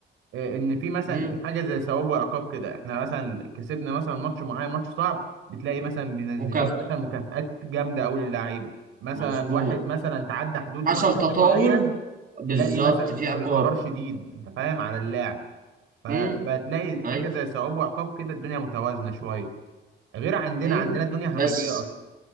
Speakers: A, on the right (about 85°); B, on the right (about 45°).
A: آه، ان في مثلا
B: مم،
A: حاجة زي ثواب وعقاب كده احنا مثلا كسبنا مثلا ماتش معين ماتش صعب بتلاقي مثلا منزلين
B: مكافأة
A: مثلا مكافآت جامدة قوي للعيبة مثلا
B: مظبوط
A: واحد مثلا تعدى حدوده
B: حصل
A: مع حد
B: تطاول
A: معين
B: بالظبط
A: تلاقي مثلا
B: في عقاب
A: القرار شديد انت فاهم على اللاعب فبتلاقي
B: امم
A: حاجه
B: ايوه
A: زي ثواب وعقاب كده الدنيا متوازنه شويه غير عندنا
B: امم
A: عندنا الدنيا همجيه
B: بس
A: اكتر